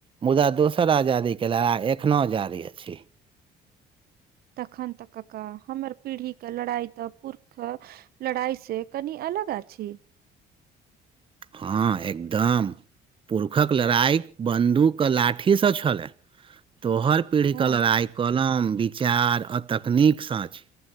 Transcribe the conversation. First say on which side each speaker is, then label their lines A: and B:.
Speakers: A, on the right; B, on the right.
A: मुदा दोसर आजादी केँ लड़ाई एखनो जारी अछि
B: तखन तऽ काका हमर पीढ़ी कऽ लड़ाइ तऽ पुरख लड़ाई से कनि अलग अछि
A: हँ एकदम पुरख लड़ाइ बन्दुक लाठीसँ छलै तोहर पीढ़ी
B: हँ
A: कऽ लड़ाइ कलम विचार आ तकनीकसँ अछि